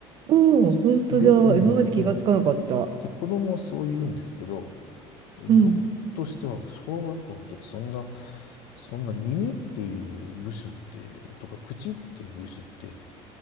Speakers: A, on the right; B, on the left.
A: うん、
B: そで、
A: 本当だ。
B: うん、
A: 今まで気がつかなかった。
B: で、うん。で、子供はそう言うんですけど、僕としては、
A: うん。
B: 小学校の時、そんな、そんな耳っていう部首って、とか口っていう部首って、